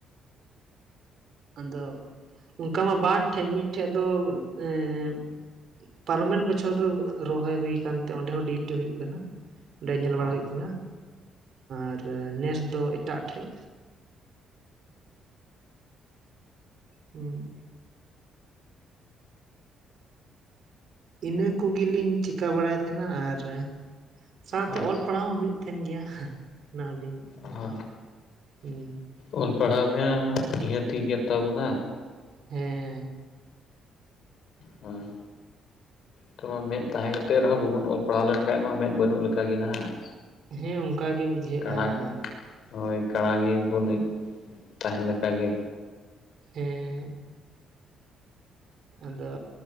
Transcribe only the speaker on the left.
ᱦᱳᱭ
ᱦᱳᱭ
ᱦᱳᱭ
ᱚᱞ ᱯᱟᱲᱦᱟᱣ ᱢᱮᱭᱟ ᱱᱤᱦᱟᱹᱛᱤ ᱜᱮᱫ ᱛᱟᱵᱚᱱᱟ
ᱦᱳᱭ ᱛᱚᱵᱮ ᱢᱮᱫ ᱛᱟᱦᱮᱸ ᱠᱟᱛᱮᱫ ᱨᱮᱦᱚᱸ ᱵᱟᱵᱚᱱ ᱚᱞ ᱯᱟᱲᱦᱟᱣ ᱞᱮᱱᱠᱷᱟᱡ ᱢᱟ ᱢᱮᱸᱫ ᱵᱟᱹᱱᱩᱜ ᱞᱮᱠᱟ ᱜᱮ ᱱᱟᱦᱟᱜ
ᱠᱟᱬᱟ ᱦᱳᱭ ᱠᱟᱬᱟ ᱜᱮ ᱵᱚ ᱧᱩᱡ ᱛᱟᱦᱮ ᱞᱮᱠᱟᱜ ᱜᱮ